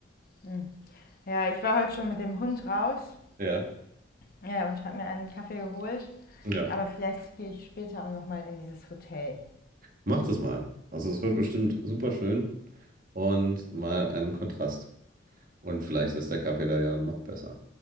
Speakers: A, on the left; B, on the right.
A: Hm. Ja, ich war heute schon mit dem Hund raus
B: Ja.
A: ja, und habe mir einen Kaffee geholt.
B: Ja.
A: Aber vielleicht gehe ich später auch nochmal in dieses Hotel.
B: Macht es mal. Also es wird bestimmt super schön und mal einen Kontrast. Und vielleicht ist der Kaffee da ja noch besser.